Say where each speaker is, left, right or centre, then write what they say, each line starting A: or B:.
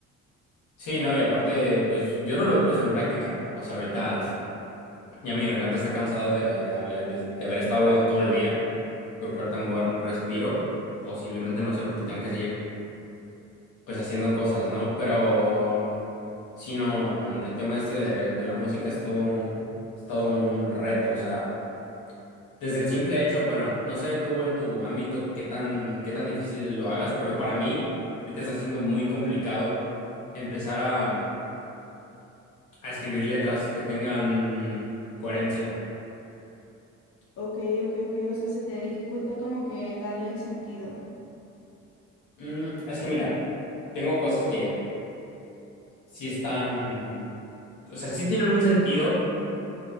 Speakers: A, on the left; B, on the left.
A: Sí, no, y aparte, pues yo no lo he puesto en práctica. O sea, ahorita Ya mi garganta está cansada de, de hablar, de, de haber estado hablando todo el día. Creo que ahorita me voy a dar un respiro. Posiblemente, no sé, porque tengo que seguir pues haciendo cosas, ¿no? Pero si no, el tema este de, de la música es todo un, es todo un reto. O sea, desde el simple hecho, bueno, no sé tú en tu ámbito qué tan, qué tan difícil lo hagas, pero para mí ahorita está siendo muy complicado empezar a, a escribir letras que tengan coherencia.
B: Ok, ok, ok. O sea, se te dificulta como que darle el sentido.
A: Mm, es que mira, tengo cosas que sí están, o sea, sí tienen un sentido,